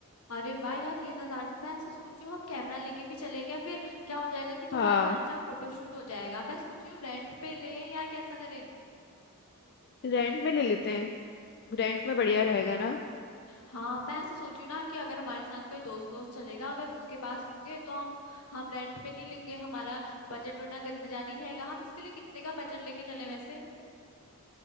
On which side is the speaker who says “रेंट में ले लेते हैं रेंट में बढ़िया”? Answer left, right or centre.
Left